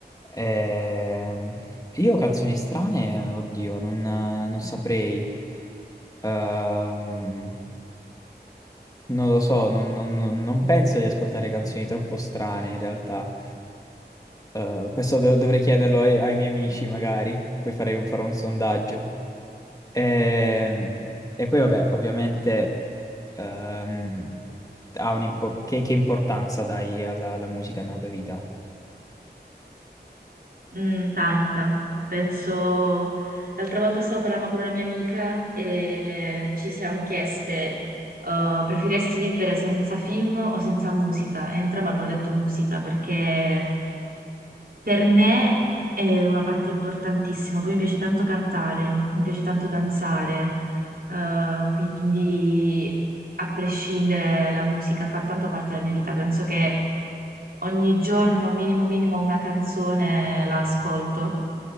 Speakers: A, on the left; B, on the right.
A: Ehm, io canzoni strane, oddio, non, non saprei. Ehm, non lo so, non, non- non- non penso di ascoltare canzoni troppo strane in realtà. Eh, questo do- dovrei chiederlo ai, ai miei amici magari, poi farei un- farò un sondaggio. Ehm, E, poi vabbè, ovviamente ehm, ha un impo- che, che importanza dai alla, alla musica nella tua vita?
B: Mm, tanta. Penso, l'altra volta stavo parlando con una mia amica e ci siamo chieste, uh, preferiresti vivere senza film o senza musica? E entrambe abbiamo detto musica perché per me è una parte importantissima, poi mi piace tanto cantare, mi piace tanto danzare, eh, quindi a prescindere la musica fa tanto parte della mia vita, penso che ogni giorno minimo minimo una canzone la ascolto,